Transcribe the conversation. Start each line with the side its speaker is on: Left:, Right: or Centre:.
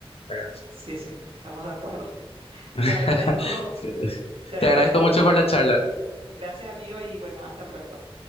Left: ¿verdad?
Right: sí, sí, estamos de acuerdo. <laughs>
Left: <laughs>
Right: Te agradezco, te agradezco,
Left: Te agradezco
Right: amigo.
Left: mucho por la charla.
Right: Gracias, amigo, y bueno, hasta pronto.